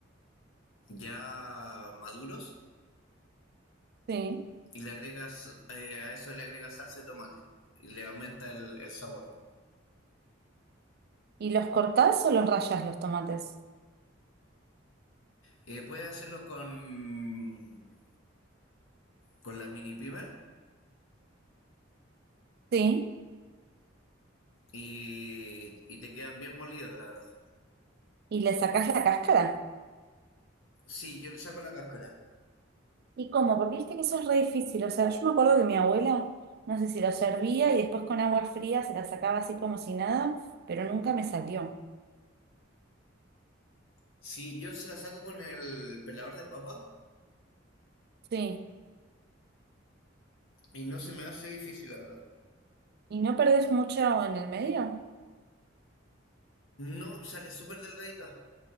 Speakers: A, on the left; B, on the right.
A: ya maduros
B: Sí.
A: y le agregas eh, a eso le agregas salsa de tomate y le aumenta el, el sabor.
B: ¿Y los cortás o los rayas los tomates?
A: Eh, puedes hacerlo con, con la mini pimer
B: Sí.
A: y, y te quedan bien molidos, la verdad.
B: ¿Y le sacás la cáscara?
A: Sí, yo le saco la cáscara.
B: ¿Y cómo? Porque viste que eso es re difícil. O sea, yo me acuerdo que mi abuela, no sé si lo servía y después con agua fría se la sacaba así como si nada, pero nunca me salió.
A: Sí, yo se la saco con el pelador de papa
B: Sí.
A: y no se me hace difícil, la verdad.
B: ¿Y no perdés mucho en el medio?
A: No, sale súper delgadita.